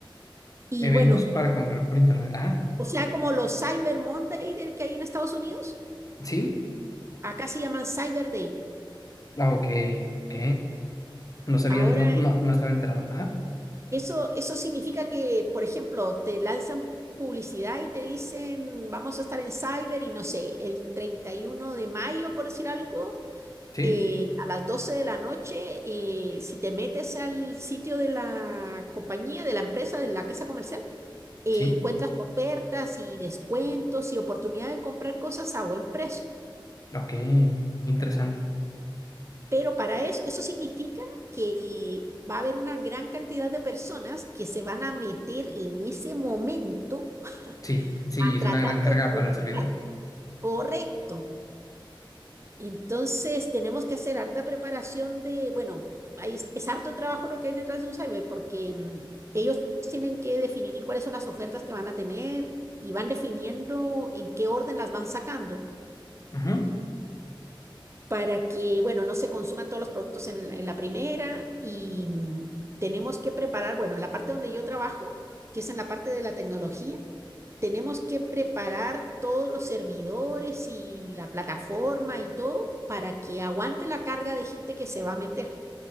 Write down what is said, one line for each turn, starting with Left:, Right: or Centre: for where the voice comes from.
Right: Y
Left: Eventos
Right: bueno,
Left: para comprar por internet, ajá,
Right: o sea, como los Cyber Monday del que hay en Estados Unidos,
Left: sí,
Right: acá se llaman Cyber Day.
Left: ah, ok, ok. No sabía,
Right: Ahora,
Left: no, no, no estaba enterado, ajá,
Right: eso, eso significa que, por ejemplo, te lanzan publicidad y te dicen, vamos a estar en Cyber y no sé, el 31 de mayo, por decir algo
Left: sí,
Right: eh, a las 12 de la noche, eh, si te metes al sitio de la compañía, de la empresa, de la casa comercial, eh,
Left: sí,
Right: encuentras ofertas y descuentos y oportunidad de comprar cosas a buen precio.
Left: ok, interesante.
Right: Pero para eso, eso significa que va a haber una gran cantidad de personas que se van a meter en ese momento
Left: Sí, sí,
Right: a
Left: es
Right: tratar
Left: una gran carga
Right: de comprar.
Left: para el servidor.
Right: Correcto. Entonces, tenemos que hacer harta preparación de, bueno, ahí es, es harto trabajo lo que hay detrás de un cyber, porque mm, ellos tienen que definir cuáles son las ofertas que van a tener y van definiendo en qué orden las van sacando
Left: Ajá,
Right: para que, bueno, no se consuman todos los productos en, en la primera y mm, tenemos que preparar, bueno, en la parte donde yo trabajo, que es en la parte de la tecnología, tenemos que preparar todos los servidores y la plataforma y todo para que aguante la carga de gente que se va a meter.